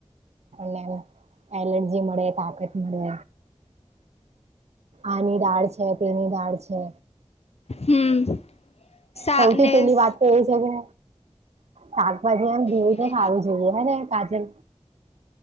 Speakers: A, on the right; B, on the left.
A: ને એલર્જી મળે તાત મળે આની દાળ છે તેની દાળ છે
B: હમ સાને
A: સૌથી પેલી
B: જ
A: વાત તો એ છે કે શાકભાજી એમ ધોઈને
B: ભને
A: ખાવી જોઈએ હે ને કાજલ